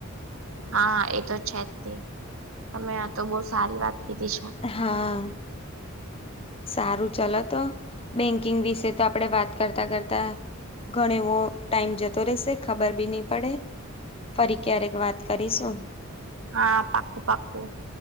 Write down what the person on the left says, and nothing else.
હા સારું ચલો તો બેંકિંગ વિશે તો આપડે વાત કરતા કરતા ઘણ એવો ટાઈમ જતો રહેશે ખબર બી નહી પડે ફરી ક્યારેક વાત કરીશું